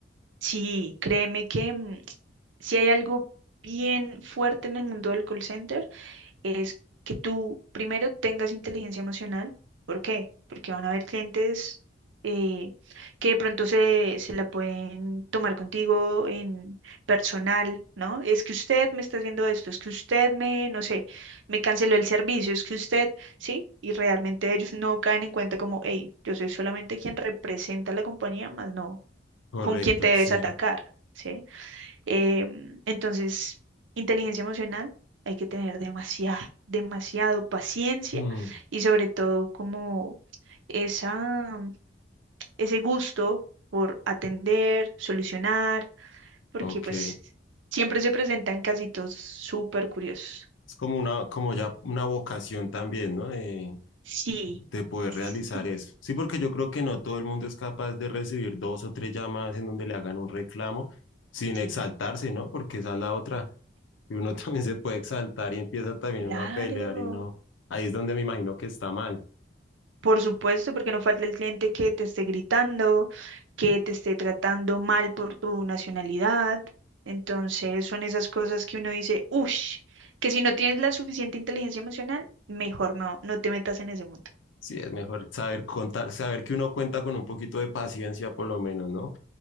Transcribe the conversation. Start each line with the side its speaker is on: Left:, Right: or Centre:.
Right: Sí, créeme que mm, si hay algo bien fuerte en el mundo del call center es que tú primero tengas inteligencia emocional. ¿Por qué? Porque van a haber clientes eh, que de pronto se, se la pueden tomar contigo en personal, ¿no? Es que usted me está haciendo esto, es que usted me, no sé, me canceló el servicio, es que usted, ¿sí? Y realmente ellos no caen en cuenta como, hey, yo soy solamente quien representa a la compañía, más no
Left: Correcto,
Right: con quién te debes
Left: sí.
Right: atacar, ¿sí? Em, entonces, inteligencia emocional, hay que tener demasiado, demasiado paciencia
Left: Mm.
Right: y sobre todo como esa, ese gusto por atender, solucionar, porque
Left: Ok,
Right: pues
Left: es
Right: siempre se presentan casitos súper curiosos.
Left: como una, como ya una vocación también, ¿no? De,
Right: Sí,
Left: de poder realizar
Right: sí,
Left: eso. Sí, porque yo creo que no todo el mundo es capaz de recibir dos o tres llamadas en donde le hagan un reclamo sin
Right: sí,
Left: exaltarse, ¿no? Porque esa es la otra. Y uno <laughs> también se puede exaltar y empieza también
Right: claro.
Left: uno a pelear y no. Ahí es donde me imagino que está mal.
Right: Por supuesto, porque no falta el cliente que te esté gritando, que te esté tratando mal por tu nacionalidad. Entonces son esas cosas que uno dice, uff, que si no tienes la suficiente inteligencia emocional, mejor no, no te metas en ese mundo.
Left: Sí, es mejor saber contar, saber que uno cuenta con un poquito de paciencia por lo menos, ¿no?